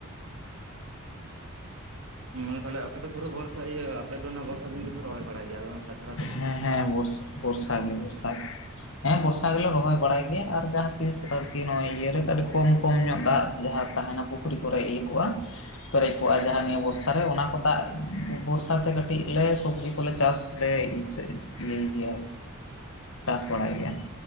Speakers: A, on the right; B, on the left.
A: <unintelligible> ᱛᱟᱦᱚᱞᱮ ᱟᱯᱮ ᱫᱚ ᱯᱩᱨᱟᱹ ᱵᱚᱨᱥᱟ ᱤᱭᱟᱹ ᱟᱯᱮ ᱫᱚ ᱚᱱᱟ ᱵᱚᱨᱥᱟ ᱫᱤᱱ ᱜᱮᱯᱮ ᱨᱚᱦᱚᱭ ᱵᱟᱲᱟᱭ ᱜᱮᱭᱟ, ᱟᱫᱚ ᱛᱟᱪᱷᱟᱲᱟ ᱫᱚ ᱵᱟᱝ᱾
B: ᱦᱮᱸ ᱦᱮᱸ ᱵᱚᱨᱥᱟ ᱵᱚᱨᱥᱟ ᱜᱮ, ᱵᱚᱨᱥᱟ ᱜᱮ, ᱦᱮᱸ ᱵᱚᱨᱥᱟ ᱜᱮᱞᱮ ᱨᱚᱦᱚᱭ ᱵᱟᱲᱟᱭ ᱜᱮᱭᱟ ᱾ ᱟᱨ ᱡᱟᱦᱟᱸ ᱛᱤᱥ ᱟᱨᱠᱤ ᱱᱚᱜᱼᱚᱭ ᱠᱚᱢ ᱠᱚᱢ ᱧᱚᱜ ᱫᱟᱜ ᱡᱟᱦᱟᱸ ᱛᱟᱦᱮᱱᱟ ᱯᱩᱠᱷᱨᱤ ᱠᱚᱨᱮ ᱤᱭᱟᱹ ᱠᱚᱜᱼᱟ, ᱯᱮᱨᱮᱡ
A: ᱦᱳᱭ
B: ᱠᱚᱜᱼᱟ ᱡᱟᱦᱟᱸ ᱱᱤᱭᱟᱹ ᱵᱚᱨᱥ ᱛᱟᱦᱚᱞᱮ ᱚᱱᱟ ᱠᱚ ᱫᱟᱜ ᱵᱚᱨᱥᱟ ᱛᱮ, ᱠᱟᱹᱴᱤᱡ ᱞᱮ ᱥᱚᱵᱽᱡᱤ ᱠᱚᱞᱮ ᱪᱟᱥ ᱞᱮ ᱥᱮ ᱤᱭᱟᱹᱭ ᱜᱮᱭᱟ ᱪᱟᱥ ᱵᱟᱲᱟᱭ ᱜᱮᱭᱟ ᱾